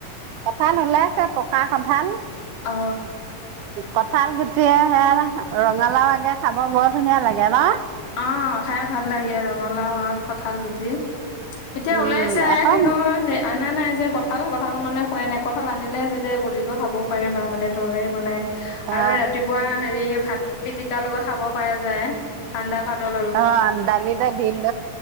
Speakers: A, on the right; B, on the left.
A: পান <unintelligible> ওলাইছে পকা সধান
B: অ
A: কঠাল গুটিয়ে সে ৰঙালাও আগে খাব বৰ ধুনীয়া লাগে ন
B: অ খাই ভাল লাগে ৰঙালাও আ কঠাল গুটি এতিয়া
A: উম
B: ওলাইছে
A: আকৌ
B: কিন্তু স অনা নাই যে কঁঠাল কঁঠাল মানে হয় নাই কঠাল আনিলে যে যে গুটিটো খাব পাৰিম আৰু মানে তৰকাৰী বনাই আৰু
A: অ
B: ৰাতিপুৱা হেৰি ভাত পিটিকাৰ লগত খাব পৰা যায় ঠাণ্ডা ভাতৰ
A: অ দলিতা দল